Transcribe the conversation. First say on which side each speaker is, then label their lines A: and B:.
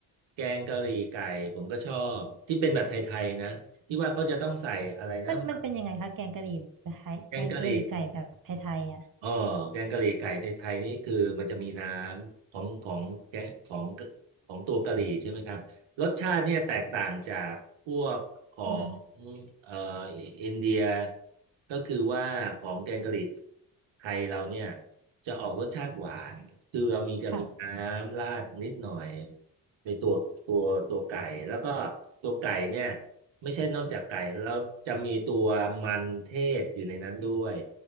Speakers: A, on the right; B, on the right.
A: แกงกะหรี่ไก่ผมก็ชอบที่เป็นแบบไทยๆนะที่ว่าเขาจะต้องใส่อะไรนะ
B: <laughs> มันมันเป็นยังไงคะแกงกะหรี่แบบไทยแกงกะหรี่ไก่แบบไทยๆอ่ะ
A: แกงกะหรี่ เออแกงกะหรี่ไก่ในไทยนี่คือมันจะมีน้ำของของแกงของของตัวกะหรี่ใช่ไหมครับรสชาติเนี่ยแตกต่างจากพวกของ
B: อืม
A: เอ่ออินเดียก็คือว่าของแกงกะหรี่ไทยเราเนี่ยจะออกรสชาติหวานคือเรามีจะมีน้ำราดนิดหน่อย
B: ค่ะ
A: ในตัวตัวตัวไก่แล้วก็ตัวไก่เนี่ยไม่ใช่นอกจากไก่แล้วจะมีตัวมันเทศอยู่ในนั้นด้วย